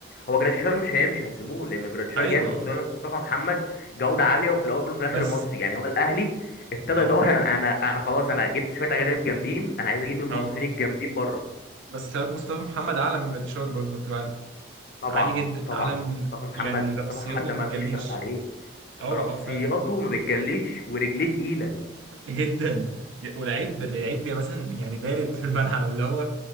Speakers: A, on the left (about 50°); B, on the right (about 80°).
A: هو جراديشار مش هيمشي هيسيبوه لان جراديشار
B: ايوه
A: جامد بس يقول لك مصطفى محمد جوده عاليه وفي الاول وفي الاخر
B: بس
A: مصري يعني هو الاهلي ابتدى
B: اه
A: يدور انا انا انا خلاص انا جبت شويه اجانب جامدين انا عايز اجيب المصريين
B: اه
A: الجامدين بره
B: بس خلي بالك مصطفى محمد اعلى من جرادي شار برضه انت عارف
A: طبعا
B: عالي جدا
A: طبعا
B: اعلى من
A: مصطفى محمد
B: يعني رأسياته
A: مصطفى محمد ده
B: ما
A: ما
B: بتجليش
A: فيش خلاف عليه
B: اه
A: رأسياته
B: اه فعلا
A: ما بتجليش ورجليه تقيله
B: <laughs> جدا ولعيب لعيب مثلا يعني بارد في الملعب اللي هو